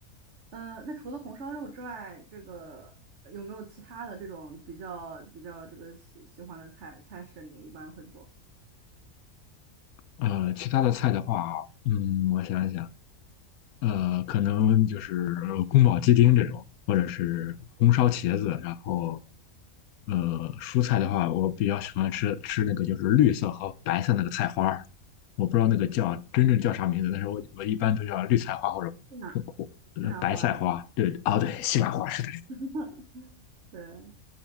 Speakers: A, on the right; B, on the left.
A: 呃，那除了红烧肉之外，这个呃有没有其他的这种比较比较这个喜喜欢的菜菜式？你一般会做
B: 呃，其他的菜的话，嗯，我想一想，呃，可能就是呃宫保鸡丁这种，或者是红烧茄子，然后，呃，蔬菜的话，我比较喜欢吃吃那个就是绿色和白色那个菜花儿，我不知道那个叫真正叫啥名字，但是我我一般都叫绿菜花或者或或呃白菜花，
A: 西兰西兰花儿是吧？
B: 对，哦对，西兰花是的，
A: <laughs> 对，